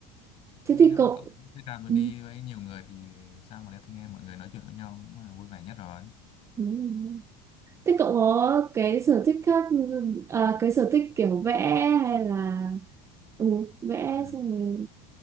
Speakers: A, on the right; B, on the left.
A: thế
B: Thôi,
A: thì
B: nếu
A: cậu
B: mà cậu thích xe đạp mà
A: ừ,
B: đi với nhiều người thì sao mà đeo tai nghe mọi người nói chuyện với nhau cũng là vui vẻ nhất rồi
A: đúng rồi. thế cậu có cái sở thích khác à, cái sở thích kiểu vẽ hay là ừ, vẽ
B: à,
A: xong rồi